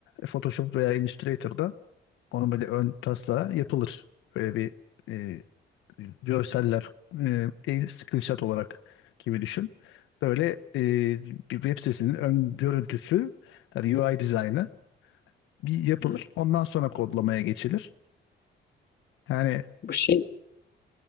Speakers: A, on the left; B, on the left.
A: Photoshop veya Illustrator'da onun böyle ön taslağı yapılır. Böyle bir e, görseller, e, el screenshot olarak gibi düşün. Böyle e, bir web sitesinin ön görüntüsü, yani UI dizaynı bir yapılır.
B: Hı.
A: Ondan sonra kodlamaya geçilir. Yani
B: Bu şey